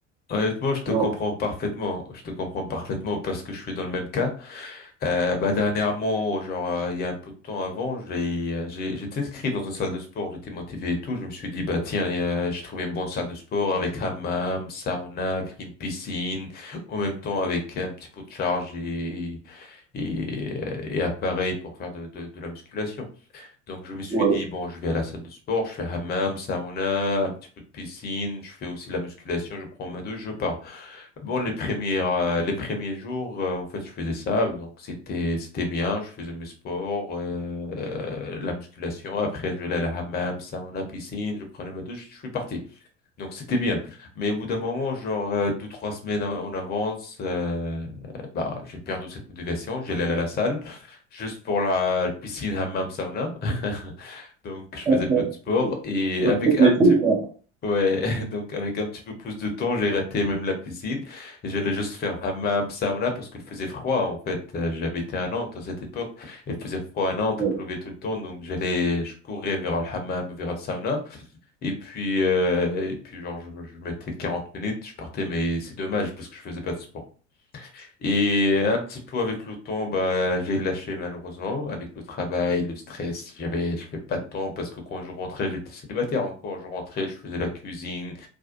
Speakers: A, on the left; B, on the right.
A: Honnêtement, je te
B: Donc,
A: comprends parfaitement. Je te comprends parfaitement parce que je suis dans le même cas. Euh, bah dernièrement, genre euh, il y a un peu de temps avant, j'ai euh, j'ai- j'étais inscrit dans une salle de sport, j'étais motivé et tout. Je me suis dit bah tiens, euh, j'ai trouvé une bonne salle de sport avec hammam, sauna, avec une piscine, en même temps avec un petit peu de charge et et, euh, et appareil pour faire de de, de la musculation. Donc, je me suis
B: ouais.
A: dit, bon, je vais à la salle de sport, je fais hammam, sauna, un petit peu de piscine, je fais aussi la musculation, je prends ma douche, je pars. Bon, les premiers euh, les premiers jours, euh, en fait, je faisais ça, donc c'était, c'était bien, je faisais mes sports, euh, euh, la musculation, après, je vais à la hammam, sauna, piscine, je prenais ma douche, je suis parti. Donc c'était bien. Mais au bout d'un moment, genre euh, deux, trois semaines en en avance, euh, bah, j'ai perdu cette motivation. J'allais à la salle juste pour la piscine, hammam, sauna. <laughs> Donc je faisais
B: <laughs>
A: plus de sport et
B: Le
A: avec
B: foot
A: un petit
B: quoi.
A: ouais, <laughs> donc avec un petit peu plus de temps, j'ai raté même la piscine et j'allais juste faire hammam, sauna parce qu'il faisait froid en fait. Euh, J'habitais à Nantes à cette époque, il faisait froid à Nantes,
B: Ouais.
A: il pleuvait tout le temps, donc j'allais je courais vers le hammam, vers le sauna. Et puis, euh, et puis genre, je, je mettais 40 minutes, je partais, mais c'est dommage parce que je faisais pas de sport. Et un petit peu avec le temps, bah, j'ai lâché malheureusement, avec le travail, le stress, j'avais, j'avais pas de temps parce que quand je rentrais, j'étais célibataire encore. Je rentrais, je faisais la cuisine,